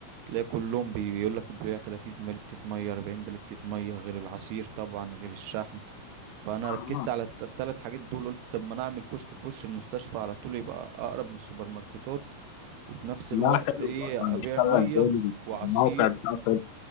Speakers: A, on the right; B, on the left.
A: تلاقي كلهم بيقول لك بيبيع 30 بلتة مية 40 بلتة مية غير العصير طبعا غير الشحن فانا
B: آه.
A: ركزت على الت- التلات حاجات دول قلت طب ما انا اعمل كشك في وش المستشفى على طول يبقى اقرب من السوبر ماركتات وفي نفس الوقت
B: لا حلو
A: ايه
B: برضه هنشتغل
A: ابيع مية
B: جامد
A: وعصير
B: الموقع بتاع